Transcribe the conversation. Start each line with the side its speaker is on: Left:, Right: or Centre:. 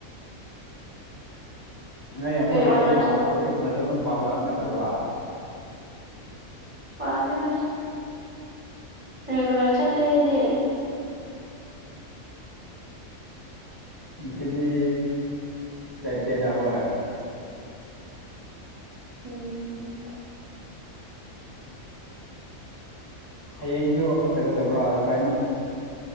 Left: ꯅꯣꯏ ꯑꯃꯨꯛꯛ
Right: ꯀꯩ ꯑꯣꯅꯔꯁꯅꯣ
Left: ꯂꯔꯤꯛ ꯄ ꯂꯔꯤꯛꯒꯨꯝꯕꯁꯨ ꯑꯗꯨꯝ ꯄꯥꯕ꯭ꯔꯥ ꯀꯃꯥꯏꯅ ꯇꯧꯕ꯭ꯔꯥ
Right: ꯄꯥꯗꯦꯗ ꯔꯦꯒꯨꯂꯔ ꯆꯠꯇꯦ ꯑꯩꯗꯤ
Left: ꯁꯤꯗꯤ ꯆꯥꯇꯦꯗ ꯍꯣꯏ
Right: ꯎꯝ
Left: ꯍꯌꯦꯡꯁꯨ ꯑꯃꯨꯛ ꯆꯠꯀꯗꯕ꯭ꯔꯥ ꯀꯅꯣ